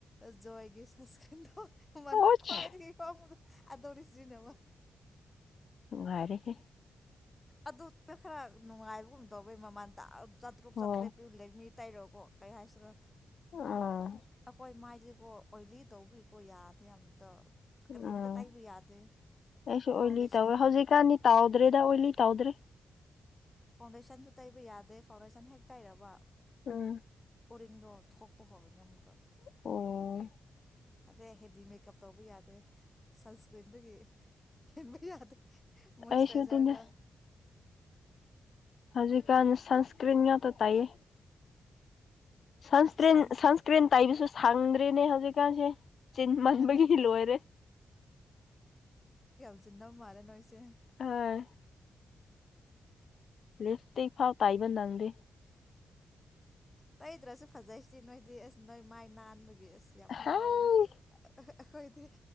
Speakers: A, on the left; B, on the left.
A: ꯑꯥꯖꯣꯏꯒꯤ ꯁꯦꯒꯤꯟ ꯍꯣ ꯃꯥꯃꯟ
B: ꯑꯣꯁ
A: ꯈꯋꯥꯥꯏꯗꯒꯤ ꯍꯣꯡꯕꯗꯨ ꯑꯗ‌ꯧꯔꯤ ꯁꯤꯖꯤꯅꯕꯥ
B: ꯅꯨꯉꯥꯏꯔꯤ <unintelligible>
A: ꯑꯗꯨꯅꯥ ꯈꯔ ꯅꯨꯡꯉꯥꯏꯕꯒꯨꯝ ꯇꯧꯏ ꯃꯃꯜ ꯇꯥꯛ ꯆꯥꯇꯔꯨꯛ
B: ꯑꯣ
A: ꯆꯥꯇꯥꯔꯦꯠ ꯄꯤ ꯂꯩꯒꯃꯤꯠ ꯇꯥꯏꯔꯣꯀꯣ ꯀꯩ ꯍꯥꯏꯁꯤꯔꯣ ꯎꯃ
B: ꯑꯥ
A: ꯑꯩꯈꯣꯏ ꯃꯥꯏꯗꯤ ꯀꯣ ꯑꯣꯏꯂꯤ ꯇꯧꯕꯤꯀꯣ ꯌꯥꯗꯦ ꯑꯝꯇ ꯀꯔꯤꯝꯇ
B: ꯎꯝ ꯑꯩꯁꯨ
A: ꯇꯩꯕ ꯌꯥꯗꯦ
B: ꯑꯣꯏꯂꯤ
A: ꯐꯥꯎꯟꯗꯦꯁꯟ
B: ꯇꯧꯋꯦ ꯍꯧꯖꯤꯛꯀꯥꯟꯅꯤ ꯇꯥꯎꯗ꯭ꯔꯦꯗ ꯑꯣꯏ ꯂꯤ ꯇꯥꯎꯗ꯭ꯔꯦ
A: ꯐꯥꯎꯟꯗꯦꯁꯟꯁꯨ ꯇꯩꯕ ꯌꯥꯗꯦ ꯐꯥꯎꯟꯗꯦꯁꯟ ꯍꯦꯛ ꯇꯩꯔꯕ
B: ꯎꯝ
A: ꯑꯣꯔꯤꯡꯗꯣ ꯊꯣꯛꯄ ꯍꯧꯔꯅꯤ ꯑꯃꯨꯛꯀ
B: ꯑꯣ
A: ꯑꯗꯩ ꯍꯦꯚꯤ ꯃꯦꯀꯞ ꯇꯧꯕ ꯌꯥꯗꯦ ꯁꯟꯁꯀ꯭ꯔꯤꯟꯗꯒꯤ ꯍꯦꯟꯕ ꯌꯥꯗꯦ ꯃꯣꯏꯁꯆꯔꯥꯏꯖꯔꯒ
B: ꯑꯩꯁꯨ ꯑꯗꯨꯅꯦ ꯍꯧꯖꯤꯛꯀꯟ ꯁꯟꯁꯀ꯭ꯔꯤꯟ ꯉꯛꯇ ꯇꯤꯏꯌꯦ ꯁꯟꯁꯀ꯭ꯔꯤꯟ
A: ꯁꯟ
B: ꯁꯟꯁꯀ꯭ꯔꯤꯟ ꯇꯥꯏꯕꯤꯁꯨ ꯐꯪꯗ꯭ꯔꯦꯅꯦ ꯍꯧ ꯍꯧꯖꯤꯛꯀꯟꯁꯦ ꯆꯤꯟ ꯃꯟꯕꯒꯤ
A: ꯑꯉꯥꯡ
B: ꯂꯣꯏꯔꯦ
A: ꯁꯤꯟꯕ ꯃꯥꯜꯂꯦ ꯅꯣꯏꯁꯦ
B: ꯑꯥ ꯂꯤꯞ ꯏꯁꯇꯤꯛ ꯐꯥꯎ ꯇꯥꯏꯕ ꯅꯪꯗꯦ
A: ꯇꯩꯗ꯭ꯔꯁꯨ ꯐꯖꯩꯁꯤ ꯅꯣꯏꯗꯤ ꯑꯁ ꯅꯣꯏ ꯃꯥꯏ ꯅꯥꯟꯕꯒꯤ ꯏꯁ ꯌꯥꯝ ꯍꯥꯔꯥꯎꯑꯣ
B: ꯍꯥꯏ
A: ꯑꯩꯈꯣꯏꯗꯤ